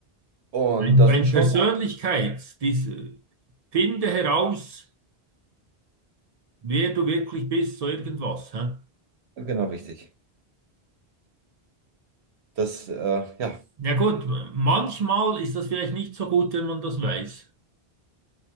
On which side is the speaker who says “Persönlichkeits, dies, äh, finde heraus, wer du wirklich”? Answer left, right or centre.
Right